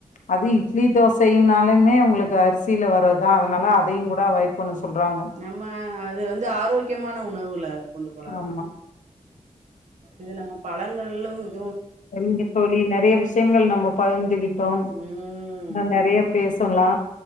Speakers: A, on the left (about 80°); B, on the right (about 70°).
A: அது இட்லி தோசைனாலுமே உங்களுக்கு அரிசியில வரதா அதன னால அதையு கூட அவாய்ட் பண்ண சொல்றாங்க
B: நம்ம அது வந்து ஆரோக்கியமான உணவுல கொண்டு போலா
A: ஆமா
B: தோழி இது நம்ம பழங்கலும்
A: செரிங்க தோழி நெறைய விஷயங்கள் நம்ம பகர்ந்துகிட்டோ
B: ம்.
A: நா நிறைய பேச ல்லலா